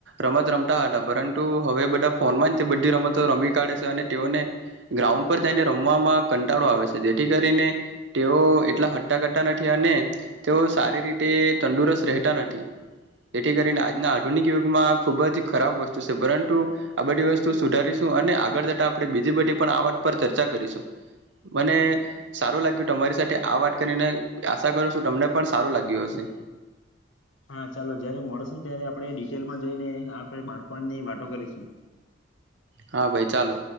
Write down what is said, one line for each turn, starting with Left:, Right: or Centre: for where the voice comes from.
Right: રમત ર તા હતા પરંતુ હવે બધા ફોનમાં બધી રમતો રમી કાઢે છે અને તેઓને ગ્રાઉન્ડ પર જઈને રમવામાં કંટાળો આવે છે. જેથી કરીને તેઓ એટલા હટ્ટા કરતા નથી અને તેઓ સારી રીતે તંદુરસ્ત રહેતા નથી તેથી કરીને આજના આધુનિક યુગમાં ખુબ જ ખરાબ વસ્તુ છે. પરંતુ આ બધી વસ્તુ સુધારીશું અને આગળ જતાં આપણે બીજી બધી પણ આ વાત પર ચર્ચા કરીશું મને સારું લાગ્યું તમારી સાથે આ વાત કરીને આશા કરો છું તમને પણ સારું લાગ્યું હશે.
Left: હા ચાલો જયારે મળશું ત્યારે આપણે ડિટેલમાં જઈને આપણે બાળપણની વાતો કરીશું.
Right: હા ભાઈ ચાલો.